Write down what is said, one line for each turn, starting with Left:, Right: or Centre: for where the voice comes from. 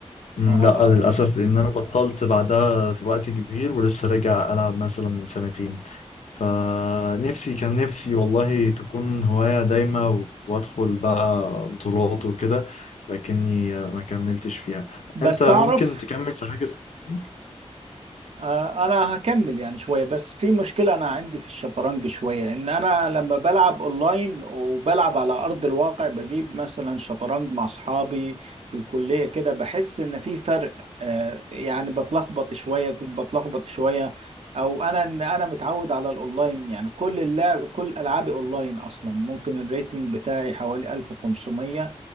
Left: مم،
Right: اه
Left: لا
Right: اه
Left: آه، للاسف لان انا بطلت بعدها وقت كبير ولسه راجع العب مثلا من سنتين فنفسي كان نفسي والله تكون هواية دايمة و- وادخل بقى بطولات وكده لكني آه، ما كملتش فيها
Right: بس
Left: انت
Right: تعرف
Left: ممكن تكمل في حاجة زي كده؟
Right: آه، انا هكمل يعني شويه بس في مشكله انا عندي في الشطرنج شويه ان انا لما بلعب اونلاين وبلعب على ارض الواقع بجيب مثلا شطرنج مع اصحابي في الكليه كده بحس ان في فرق آه، يعني بتلخبط شويه كنت بتلخبط شويه او انا ان انا متعود على الاونلاين يعني كل اللعب كل العابي اونلاين اصلا ممكن الريتنج بتاعي حوالي 1500